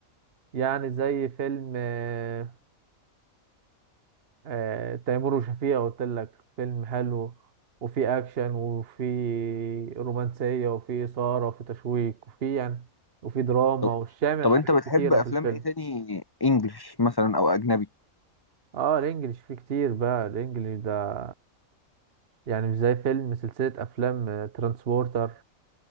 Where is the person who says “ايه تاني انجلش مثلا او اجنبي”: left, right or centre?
Left